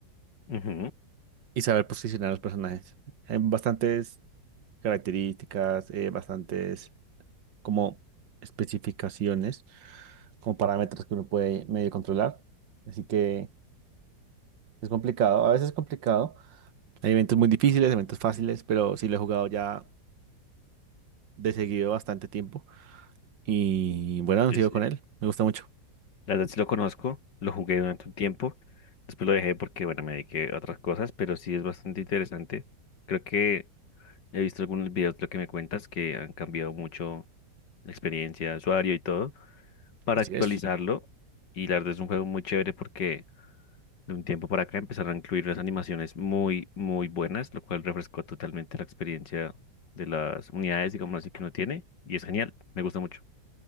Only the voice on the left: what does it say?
Ujú.
Sí,
sí.
La verdad sí lo conozco, lo jugué durante un tiempo, después lo dejé porque, bueno, me dediqué a otras cosas, pero sí es bastante interesante. Creo que He visto algunos videos de lo que me cuentas que han cambiado mucho la experiencia de usuario y todo para
actualizarlo.
Y la verdad es un juego muy chévere porque de un tiempo para acá empezaron a incluir las animaciones muy, muy buenas, lo cual refrescó totalmente la experiencia de las unidades, digamos así, que uno tiene. Y es genial, me gusta mucho.